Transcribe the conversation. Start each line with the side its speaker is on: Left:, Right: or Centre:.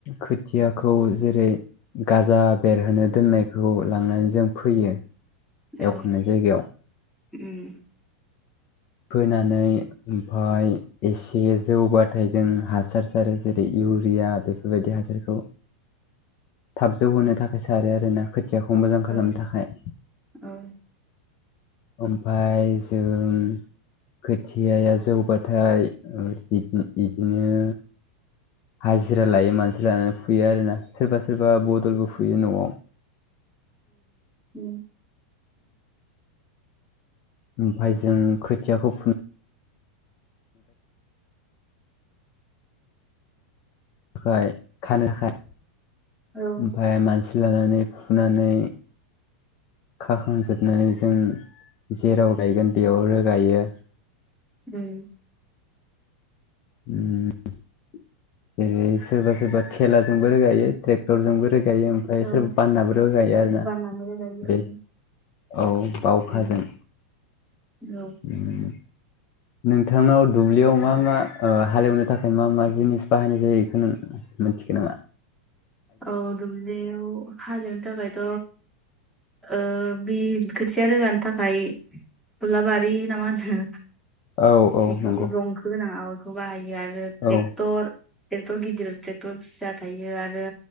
Left: खोथियाखौ जेरै गाजा बेरहोनो दोननायखौ लांनानै जों फैयो
Centre: औ
Left: एवखांनाय जायगायाव
Centre: उम
Left: फोनानै ओमफाय एसे जौबाथाय जों हासार सारो जेरै इउरिया बेफोरबायदि हासारखौ थाबजौ होनो थाखाय सारो आरोना खुथियाखौ मोजां खालामनो
Centre: औ
Left: थाखाय
Centre: औ
Left: ओमफ्राय जों खोथियाया जौबाथाय बिदिनो हाजिरा लायो मानसि लानानै फुयो आरोना सोरबा सोरबा बदलबो फुयो न'आव
Centre: उम।
Left: ओमफाय जों खोथियाखौ फुन ओमफ्राय खानो ओमफ्राय
Centre: औ
Left: मानसि लानानै फुनानै खाखांजोबनानै जों जेराव गायगोन बेयाव रोगायो।
Centre: उम।
Left: उम जेरै सोरबा सोरबा थेलाजोंबो रोगायो ट्रेक्टरजोंबो रोगायो गायो ओमफ्राय सोरबा
Centre: औ
Left: बाननाबो रोगायो आरोना
Centre: बाननानै रोगायो
Left: बे
Centre: औ
Left: औ बावखाजों।
Centre: उम औ।
Left: उम <inaudible> नोंथांनाव दुब्लियाव मा मा ओ हालेवनो थाखाय मा मा जिनिस बाहायनाय जायो बेखौ नों ना
Centre: औ दुब्लियाव हाजिरनो थाखायथ' ओ बे खोथिया रोगानि थाखाय गलाबारि ना मा होनो
Left: औ औ
Centre: जिथु
Left: नंगौ
Centre: जंखो होनाङा बेखौ बाहायो आरो ट्रेटर
Left: औ
Centre: ट्रेक्टर गिदिर ट्रेक्टर फिसा थायो आरो